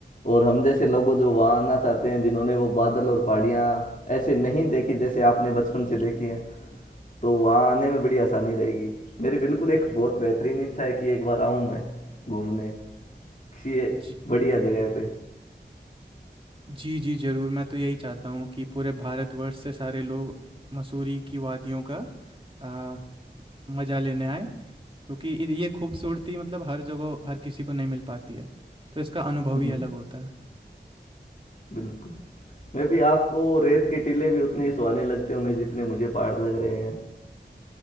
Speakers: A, on the left; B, on the right.
A: और हम जैसे लोगों जो वहाँ आना चाहते हैं जिन्होंने वो बादल और पहाड़ियाँ ऐसे नहीं देखी जैसे आपने बचपन से देखी हैं तो वहाँ आने में बड़ी आसानी रहेगी मेरी बिल्कुल एक बहुत बेहतरीन इच्छा है कि एक बार आऊँ मैं घूमने किसी
B: जी
A: बढ़िया जगह पे
B: जी जी ज़रूर मैं तो यही चाहता हूँ कि पूरे भारतवर्ष से सारे लोग मसूरी की वादियों का आ, मज़ा लेने आए क्योंकि इ- ये खूबसूरती मतलब हर जगह हर किसी को नहीं मिल पाती है तो इसका अनुभव
A: हम्म
B: ही अलग होता है
A: बिल्कुल मैं भी आपको रेत के टीले भी उतने ही सुहाने लगते होंगे जितने मुझे पहाड़ लग रहे हैं